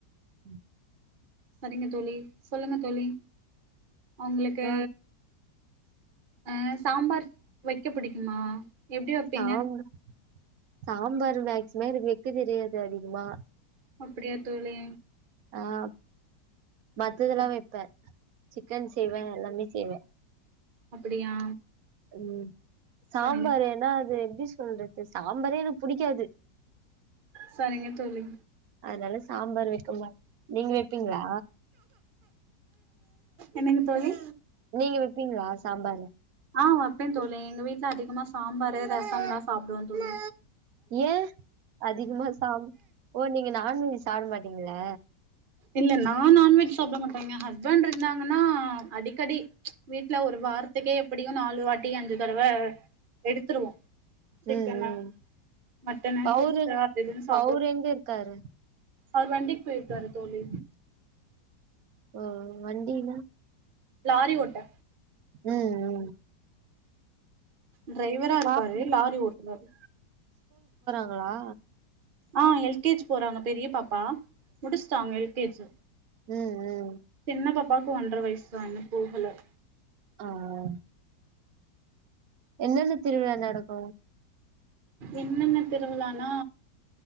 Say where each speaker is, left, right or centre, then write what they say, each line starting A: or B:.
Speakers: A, on the right (about 65°); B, on the right (about 40°).
A: ம்
B: சரிங்க தோழி சொல்லுங்க தோழி அவங்களுக்கு
A: ஆ
B: அஸ் சாம்பார் வைக்க புடிக்குமா? எப்டி வப்பிங்க?
A: சாம்பார் சாம்பார் மேக்சிம எனக்கு வெக்க தெரியாது அதிகமா.
B: அப்டியா தோழி
A: ஆஹ் மத்ததெல்லா
B: சரி
A: வெப்ப, சிக்கன் செய்வ
B: சரிங்க
A: எல்லாமே
B: தோழி
A: செய்வ
B: அப்டியா
A: உம் சாம்பார்
B: சரிங்க
A: ஏனா அது எப்டி சொல்றது சாம்பாரே எனக்கு புடிக்காது
B: சரிங்க தோழி
A: அதனால சாம்பாரு வெக்க மாட் நீங்க வெப்பீங்களா
B: என்னங்க தோழி
A: நீங்க வெப்பீங்ளா சாம்பாரு
B: ஆ வப்பே தோழி எங்க வீட் ட்ல அதிகமா சாம்பாரு ரசம்தா சாப்டுவோ தோழி
A: ஏன் அதிகமா சாப்ப ஓ நீங்க நான்வெஜ் சாப்பிட மாட் அப்டிங்களா
B: இல்ல நா நான்வெஜ் சாப்பட மாட்டேங்க ஹஸ்பண்ட் இருந்தாங்கன்னா அடிக்கடி வீட்டுல ஒரு வாரத்துக்கே எப்படியு நாலு வாட்டி அஞ்சு தடவ எடுத்துருவோ சிக்கனா
A: ம் ம்
B: மட்டனா
A: அவரு
B: பிஷ்ஷா அது எது சாப்பட
A: அவரு எங்க இருக்காரு
B: அவ்ரு வண்டிக் போய்ர்காரு தோழி
A: ஹா வண்டினா
B: லாரி ஓட்ட
A: உம் உம்
B: டிரைவரா இருக்காரு
A: பாப்பா
B: லாரி ஓட்றாரு
A: லா
B: ஆஹ் எல் கே ஜி போறாங்க பெரிய பாப்பா முடிச்ட்டாங்க எல் கே ஜி
A: ம் ம்
B: சின்ன பாப்பா பூ ஒன்ற வயசுதா இன்னு போகல
A: ஆஹ் என்னென்ன திருவிழா நடக்கு
B: என்னன்ன திருவிழானா